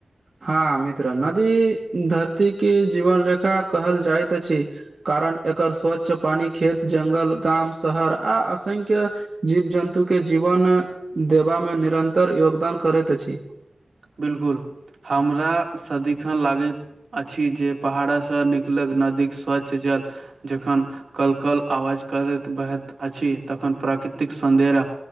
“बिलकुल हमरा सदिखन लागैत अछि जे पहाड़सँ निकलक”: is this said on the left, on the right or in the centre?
Right